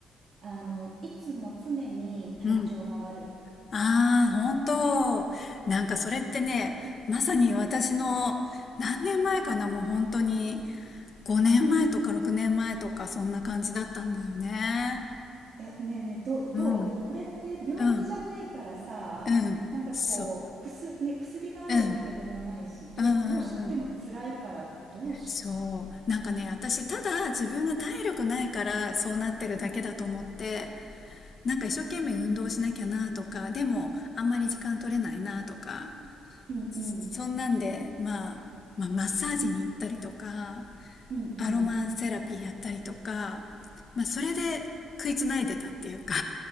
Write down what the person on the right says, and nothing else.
あの、いつも常に体調が悪い。
え、ねえねえ、ど、どうでもこれって病気じゃないからさ、
なんかこう、
薬ね、薬があるわけでもないし、
ど、
どうして、でも辛いからどうした
うんうん、
うんうん、